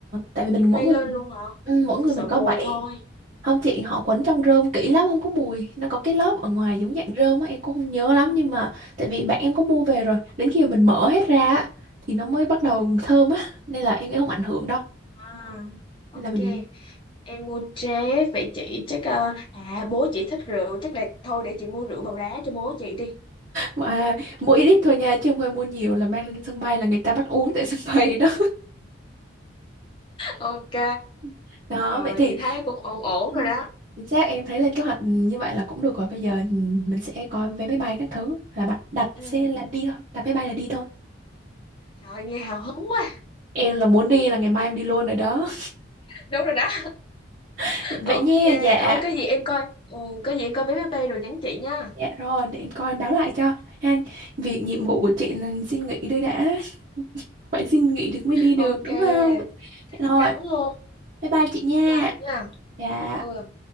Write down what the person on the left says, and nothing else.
tay
lên luôn hả
chị
sợ
mùi
thôi
à ok
em mua tré vậy chị chắc ờ, à bố chị thích rượu chắc là thôi để chị mua rượu bầu đá cho bố chị đi
ok
rồi
chị thấy cũng ổn ổn
rồi đó
ừ
trời ơi, nghe hào hứng quá
<laughs> đúng rồi đó
ok
ơi có gì em coi ừ, có gì em coi vé máy bay rồi nhắn chị nha
ừ
ok
chắc
chắn luôn
bye nha
ừ